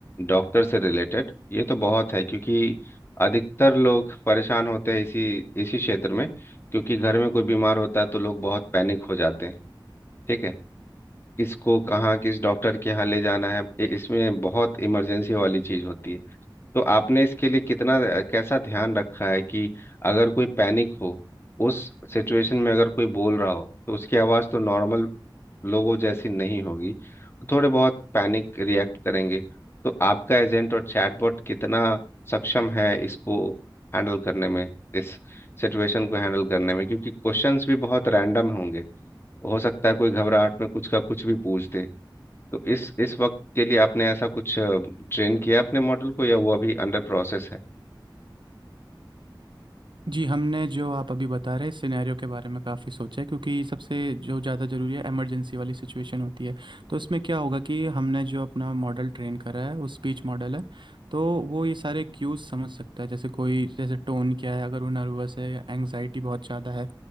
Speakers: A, on the left; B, on the right.
A: डॉक्टर से रिलेटेड ये तो बहुत है क्योंकि अधिकतर लोग परेशान होते हैं इसी इसी क्षेत्र में क्योंकि घर में कोई बीमार होता है तो लोग बहुत पैनिक हो जाते हैं ठीक है किसको कहाँ किस डॉक्टर के यहाँ ले जाना है इ- इसमें बहुत इमरजेंसी वाली चीज होती है तो आपने इसके लिए कितना कैसा ध्यान रखा है कि अगर कोई पैनिक हो उस सिचुएशन में अगर कोई बोल रहा हो तो उसकी आवाज़ तो नॉर्मल लोगों जैसी नहीं होगी थोड़े बहुत पैनिक रिएक्ट करेंगे तो आपका एजेंट और चैटबॉट कितना सक्षम है इसको हैंडल करने में इस सिचुएशन को हैंडल करने में क्योंकि क्वेश्चंस भी बहुत रैंडम होंगे हो सकता है कोई घबराहट में कुछ का कुछ भी पूछ दे तो इस इस वक्त के लिए आपने ऐसा कुछ ट्रेन किया अपने मॉडल को या वो अभी अंडर प्रोसेस है
B: जी हमने जो आप अभी बता रहे सिनेरियो के बारे में काफ़ी सोचा है क्योंकि सबसे जो ज़्यादा ज़रूरी है इमरजेंसी वाली सिचुएशन होती है तो इसमें क्या होगा कि हमने जो अपना मॉडल ट्रेन करा है वो स्पीच मॉडल है तो वो ये सारे क्यूज समझ सकता है जैसे कोई जैसे टोन क्या है अगर वो नर्वस है या एंग्जाइटी बहुत ज़्यादा है